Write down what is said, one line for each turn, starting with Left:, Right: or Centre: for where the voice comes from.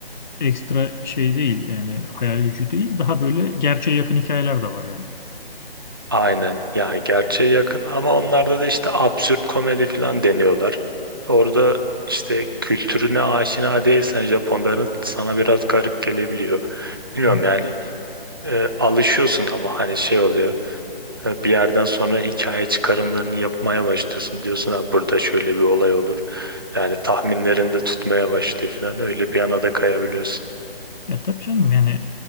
Left: e, ekstra şey değil yani hayal gücü değil. Daha böyle gerçeğe yakın hikayeler de var
Right: Aynen ya gerçeğe yakın ama onlarda da işte absürt komedi falan deniyorlar. Orada işte kültürüne aşina değilsen Japonların sana biraz garip gelebiliyor. Bilmiyorum
Left: yani.
Right: yani e, alışıyorsun ama hani şey oluyor e, bir yerden sonra hikaye çıkarımlarını yapmaya başlıyorsun. Diyorsun ha burada şöyle bir olay olur. Yani tahminlerinde tutmaya başlıyor falan öyle bir yana da kayabiliyorsun.
Left: Ya tabii canım yani